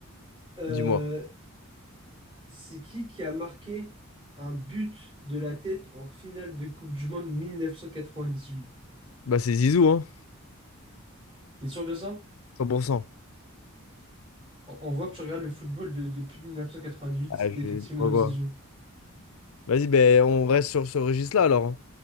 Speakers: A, on the right (about 25°); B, on the left (about 70°).
A: Euh,
B: Dis-moi.
A: c'est qui qui a marqué un but de la tête en finale de Coupe du Monde 1998?
B: Bah c'est Zizou, hein.
A: T'es sûr de ça?
B: 100%.
A: On, on voit que tu regardes le football de- depuis 1998,
B: Ah,
A: c'était
B: je...
A: effectivement
B: Pourquoi?
A: Zizou.
B: Vas-y, ben, on reste sur ce registre-là alors. hein.